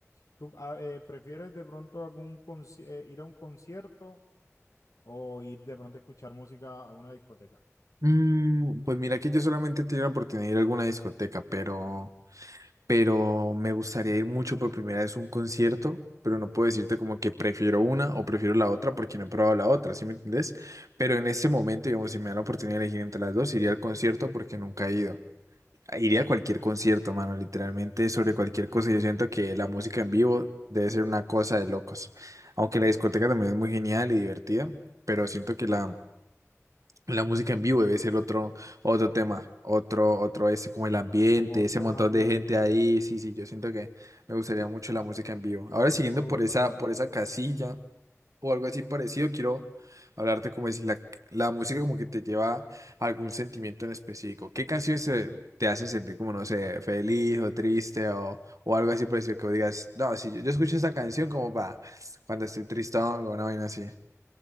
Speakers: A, on the left (about 80°); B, on the right (about 80°).
A: tú ah, eh, prefieres de pronto algún conci- eh, ir a un concierto o ir de pronto a escuchar música a una discoteca,
B: Mm, pues mira que yo solamente he tenido la oportunidad de ir a alguna discoteca, pero... pero me gustaría ir mucho por primera vez a un concierto, pero no puedo decirte como que prefiero una o prefiero la otra porque no he probado la otra, ¿sí me entendés? Pero en este momento, digamos, si me dan la oportunidad de elegir entre las dos, iría al concierto porque nunca he ido. Iría a cualquier concierto, mano, literalmente sobre cualquier cosa. Yo siento que la música en vivo debe ser una cosa de locos. Aunque la discoteca también es muy genial y divertida, pero siento que la la música en vivo debe ser otro, otro tema, otro, otro ese, como el ambiente,
A: como ot-
B: ese
A: otro
B: montón
A: ambiente?
B: de gente ahí. Sí, sí, yo siento que me gustaría mucho la música en vivo. Ahora siguiendo
A: O
B: por esa,
A: que,
B: por esa casilla o algo así parecido, quiero hablarte como decir, la, la música como que te lleva a algún sentimiento en específico. ¿Qué canciones eh, te hacen sentir como, no sé, feliz o triste o, o algo así parecido que vos digas, no, si yo, yo escucho esa canción como para cuando estoy tristón o una vaina así.